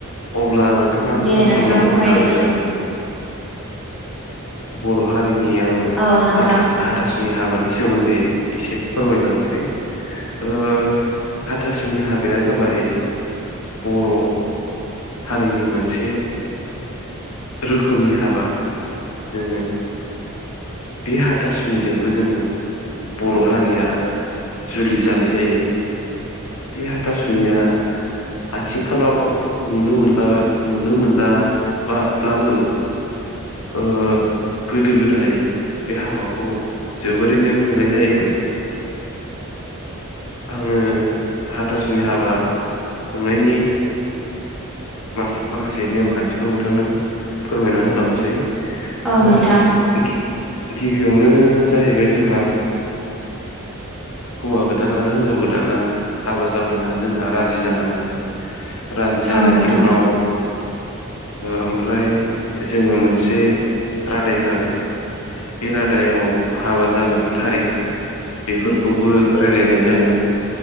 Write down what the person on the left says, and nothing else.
अब्ला नोंथाङा
खोनासंलांदो
आङो।
बर' हारिनि आङो
हाथ' हाथासुनि हाबानि। सोमोन्दै इसे फोरमायलांसै ओ हाथासुनि हाब। गैया जाबाय बर' हारिनि मोनसे। रोखोमनि हाबा जोङो। बे हाथासुनिजोंबो जोङो। बर' हारिया जुलि जानाय जायो बे हाथासुनिया।
आथिंखालाव नुनो मोनला नुनो मोनला ब्लाबो ओ गोदो गोदो नाथाय बे हाबाखौ जोबोरैनो खुंनाय जायोमोन। आङो हाथासुनि हाबा खुंनायनि माखासे माखासे नेमखान्थिखौ नोंथांनो फोरमायना होलांसै
ओ
गिबि गिबियावनो जाहैबाय जोंहा हौवा गोदाना आरो हिनजाव गोदाना हाबा जागोना जोंहा राज जि जानांगोन राजि जानायनि
उनाव ओ ओमफ्राय जोङो मोनसे रादायखागोन। बेरादायाव हाबा जागोननि थारिख' बेफोरखौबो रायलायनाय जागोन